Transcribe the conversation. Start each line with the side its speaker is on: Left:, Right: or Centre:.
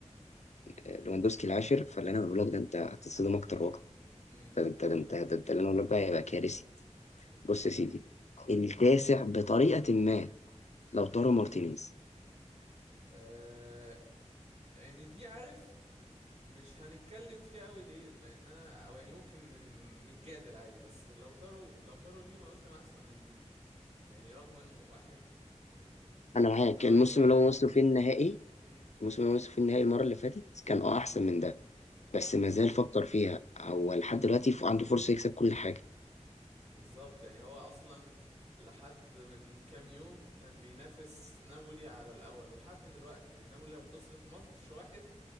Left: لواندوسكي العاشر فاللي انا بقوله لك ده انت هتتصدم اكتر واكتر
Right: امم
Left: ده انت
Right: قول
Left: ده انت ده انت اللي انا بقوله لك بقى هيبقى كارثي
Right: اوكي
Left: بص يا سيدي التاسع بطريقه ما لو طارو مارتينيز
Right: آه يعني دي عارف مش هنتكلم فيها قوي ليه لان انا او يعني ممكن ن- نتجادل عادي بس لو تارو لو تارو ليه مواسم احسن من دي يعني رغم انه واحد يعني
Left: انا معاك
Right: سترايكر
Left: الموسم اللي هو وصلوا فيه النهائي
Right: امم
Left: الموسم اللي هو وصلوا فيه النهائي المره اللي فاتت كان اه احسن من ده
Right: كان عامل
Left: بس ما زال فكر فيها هو لحد دلوقتي ف- عنده فرصة يكسب كل حاجة
Right: بالظبط يعني هو اصلا لحد من كام يوم كان بينافس نابولي على الاول ولحد دلوقتي يعني نابولي لو خسرت ماتش واحد